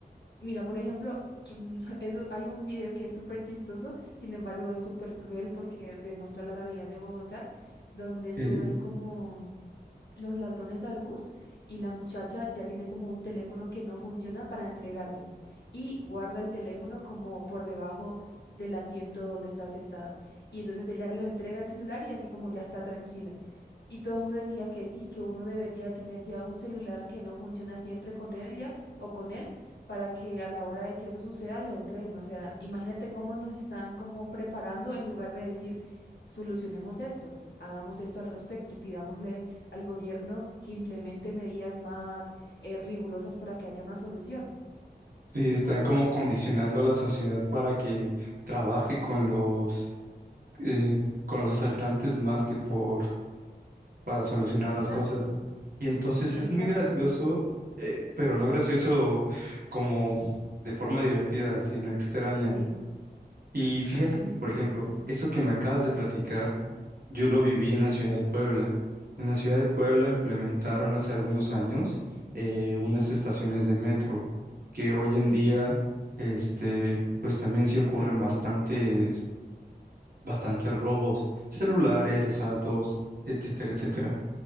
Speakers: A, on the left; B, on the right.
A: mira, por ejemplo, <laughs> eso, hay un video que es súper chistoso, sin embargo es súper cruel porque demuestra la realidad de Bogotá, donde suben
B: ok.
A: como los ladrones al bus y la muchacha ya tiene como un teléfono que no funciona para entregarlo y guarda el teléfono como por debajo del asiento donde está sentada. Y entonces ella lo entrega el celular y así como ya está tranquila. Y todo el mundo decía que sí, que uno debería tener ya un celular que no funciona siempre con ella o con él para que a la hora de que eso suceda lo entreguen. O sea, imagínate cómo nos están como preparando en lugar de decir, solucionemos esto, hagamos esto al respecto, pidámosle al gobierno que implemente medidas más eh, rigurosas para que haya una solución.
B: Sí, están como condicionando a la sociedad para que trabaje con los, eh, con los asaltantes más que por, para solucionar
A: Exacto,
B: las cosas. Y entonces
A: exacto.
B: es muy gracioso, eh, pero no gracioso como de forma divertida, sino extraña.
A: Sí,
B: Y fíjate
A: así mismo
B: que, por ejemplo,
A: como tú dices.
B: eso que me acabas de platicar, Yo lo viví en la ciudad de Puebla. En la ciudad de Puebla implementaron hace algunos años eh, unas estaciones de metro que hoy en
A: Sí,
B: día, este, pues también sí ocurren bastantes, bastantes robos, celulares, asaltos, etcétera, etcétera.